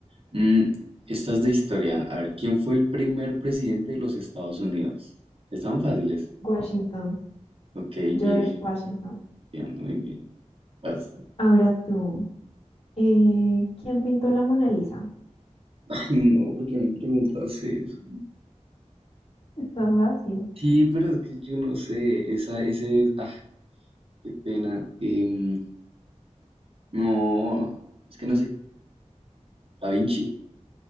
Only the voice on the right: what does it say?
Mm, esta es de historia. A ver, ¿quién fue el primer presidente de los Estados Unidos? Están fáciles.
Ok,
bien,
bien, muy bien. Vas.
<laughs> Ay, no, porque me preguntas eso?
Sí, pero es que yo no sé. Esa, ese, ah, qué pena. Em, no, es que no sé ¿Da Vinci?